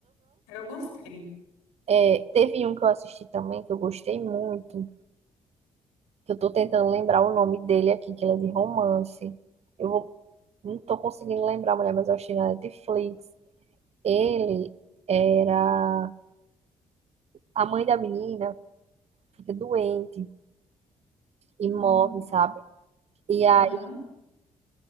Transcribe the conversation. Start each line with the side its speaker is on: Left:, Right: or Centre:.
Left: Eu gostei.
Right: É, teve um que eu assisti também que eu gostei muito, que eu tô tentando lembrar o nome dele aqui, que ele é de romance. Eu vou, não tô conseguindo lembrar, mulher, mas eu achei na Netflix. Ele era a mãe da menina, fica doente e
Left: Hum.
Right: morre, sabe? E aí
Left: Uhum.